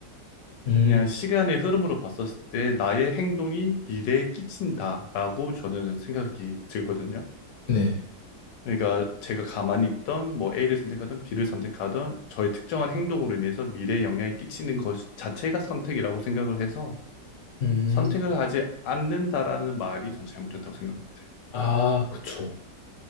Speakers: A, on the left; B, on the left.
A: 음,
B: 그냥 시간의 흐름으로 봤었을 때 나의 행동이 미래에 끼친다라고 저는 생각이 들거든요.
A: 네.
B: 그러니까 제가 가만히 있던 뭐 A를 선택하든 B를 선택하든 저의 특정한 행동으로 인해서 미래에 영향이 끼치는 것 자체가 선택이라고 생각을 해서
A: 음,
B: 선택을 하지 않는다라는 말이 전 잘못됐다고 생각한 것 같아요.
A: 아, 그쵸.